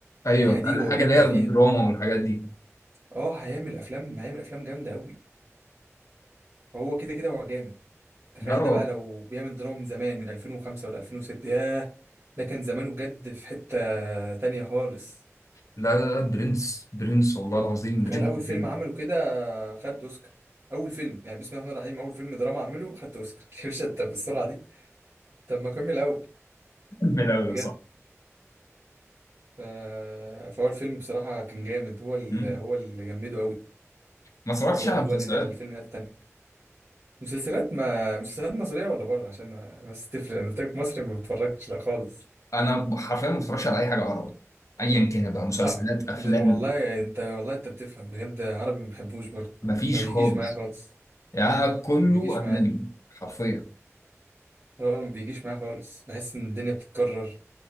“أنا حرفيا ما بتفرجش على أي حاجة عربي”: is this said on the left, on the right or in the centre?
Left